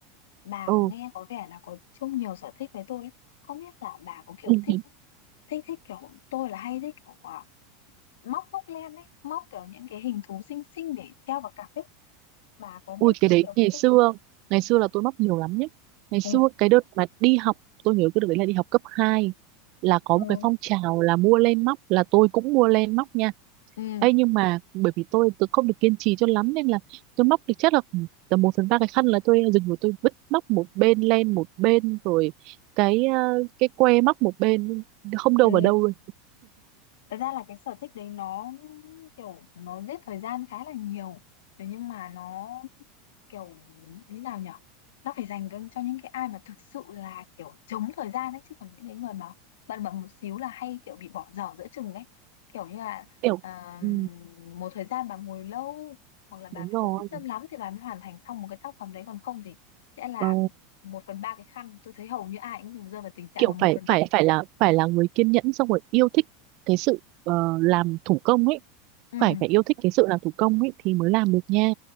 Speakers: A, on the left; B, on the right.
A: Bà
B: ừ
A: nghe có vẻ là có chung nhiều sở thích với tôi ấy. Không biết là bà có kiểu
B: <laughs>
A: thích thích thích kiểu tôi là hay thích kiểu à, móc móc len ấy, móc kiểu những cái hình thú xinh xinh để treo vào cặp ấy. Bà có biết
B: ui cái
A: cái
B: đấy
A: kiểu
B: ngày
A: hình thức
B: xưa ngày xưa là tôi mắc nhiều lắm nhé ngày xưa
A: ừ
B: cái đợt mà đi học tôi nhớ cái đợt đấy là đi học cấp hai là có
A: ừ
B: một cái phong trào là mua len móc là tôi cũng mua len móc nha
A: ừ
B: Ê, nhưng mà bởi vì tôi tôi không được kiên trì cho lắm nên là tôi móc được chắc là khoảng tầm một phần ba cái khăn là tôi dừng rồi tôi vứt móc một bên len một bên rồi cái ờ, cái que móc một bên không đâu
A: Ừ,
B: vào đâu luôn
A: thật ra là cái sở thích đấy nó kiểu nó giết thời gian khá là nhiều thế nhưng mà nó kiểu như nào nhở nó phải dành cái- cho những cái ai mà thực sự là kiểu chống thời gian ấy chứ còn những cái người mà bận bận một xíu là hay kiểu bị bỏ dở giữa chừng ấy kiểu như là
B: kiểu
A: ờ,
B: ừ,
A: một thời gian bà ngồi lâu hoặc là bà
B: đúng
A: phải
B: rồi
A: có quyết tâm lắm thì bà mới hoàn thành xong một cái tác phẩm đấy còn không thì sẽ là
B: ờ,
A: một phần ba cái khăn tôi thấy hầu như ai cũng rơi vào tình trạng
B: kiểu
A: là một
B: phải
A: phần ba
B: phải
A: cái...
B: phải là phải là người kiên nhẫn xong rồi yêu thích cái sự ờ, làm thủ công ấy
A: ừ,
B: phải phải yêu thích cái sự làm thủ công ấy thì mới làm được nha